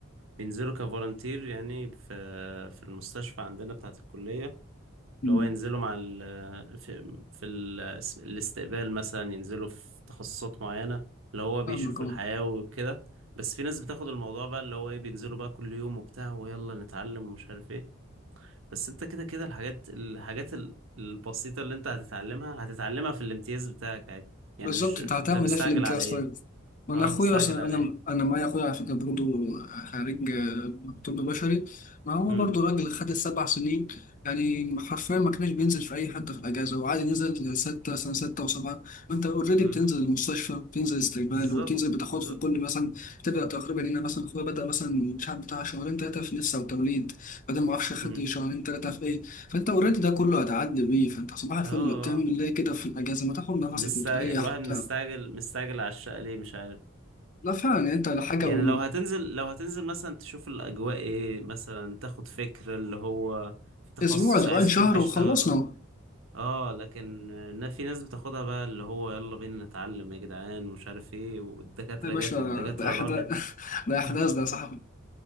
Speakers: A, on the right (about 75°); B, on the left (about 40°).
A: بينزلوا كفولنتير يعني في في المستشفى عندنا بتاعة الكلية
B: مم.
A: اللي هو ينزلوا مع ال في, في ال الاستقبال مثلا ينزلوا في تخصصات معينة اللي هو بيشوفوا
B: فاهمك أه.
A: الحياة وكده بس في ناس بتاخد الموضوع بقى اللي هو ايه بينزلوا بقى كل يوم وبتاع ويلا نتعلم ومش عارف ايه بس انت كده كده الحاجات الحاجات ال- البسيطة اللي انت هتتعلمها هتتعلمها في الامتياز بتاعك عادي يعني
B: بالظبط
A: مش
B: انت هتعمل
A: انت مستعجل
B: ايه في الامتياز
A: على ايه
B: طيب؟ ما
A: اه
B: انا اخويا
A: مستعجل
B: اصلا
A: على
B: انا
A: ايه
B: انا معايا اخويا على فكره برضه خريج آه، طب بشري ما هو
A: امم
B: برضه راجل خد السبع سنين يعني حرفيا ما كانش بينزل في اي حته في الاجازه وعادي نزل سته سنه سته وسبعه وانت اوريدي
A: امم
B: بتنزل المستشفى بتنزل استقبال
A: بالظبط
B: وبتنزل بتاخد
A: بالظبط
B: في كل مثلا بتبدا تقريبا هنا مثلا اخويا بدا مثلا مش عارف بتاع شهرين ثلاثه في لسه وتوليد بعدين ما اعرفش خد
A: امم
B: شهرين ثلاثه في ايه، فانت اوريدي ده كله هتعدي بيه فانت صباح الفل
A: اه آه.
B: بتعمل ايه كده في الاجازه ما تاخد نفسك
A: مستعجل
B: وتريح
A: الواحد
B: وبتاع
A: مستعجل مستعجل على الشقة ليه مش عارف
B: لا فعلا يعني انت لحاجه
A: يعني
B: و...
A: لو هتنزل لو هتنزل مثلا تشوف الأجواء ايه مثلا تاخد فكرة اللي هو في تخصص
B: اسبوع اسبوعين
A: عايز
B: شهر
A: تشوف بيشتغلوا
B: وخلصنا اهو
A: اه لكن نا- في ناس بتاخدها بقى اللي هو يلا بينا نتعلم يا جدعان ومش عارف ايه والدكاترة
B: يا باشا
A: جت والدكاترة
B: ده احداث
A: راحت
B: <laughs> ده احداث
A: <laughs>
B: ده يا صاحبي